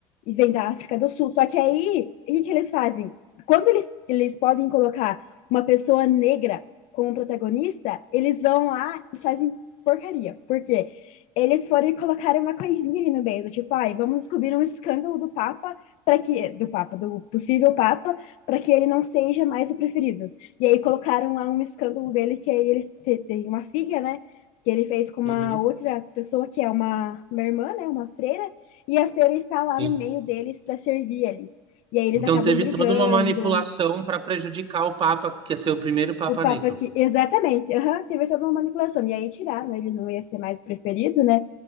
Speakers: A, on the left; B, on the right.
A: E vem da África do Sul. Só que aí, o que, que eles fazem? Quando eles, eles podem colocar uma pessoa negra como protagonista, eles vão lá e fazem porcaria. Por quê? Eles foram e colocaram uma coisinha ali no meio, do tipo, ai, vamos descobrir um escândalo do Papa para que do Papa, do possível Papa, para que ele não seja mais o preferido. E aí colocaram lá um escândalo dele que aí ele te- tem uma filha, né? Que ele fez com uma
B: Uhum,
A: outra pessoa que é uma, uma irmã, né? Uma freira. E a freira está lá
B: sim.
A: no meio deles para servir eles. E aí eles
B: Então
A: acabam
B: teve
A: brigando.
B: toda uma manipulação para prejudicar o Papa, que ia ser o primeiro Papa
A: O Papa
B: Negro.
A: que exatamente, aham, teve toda uma manipulação. E aí tiraram, ele não ia ser mais o preferido, né?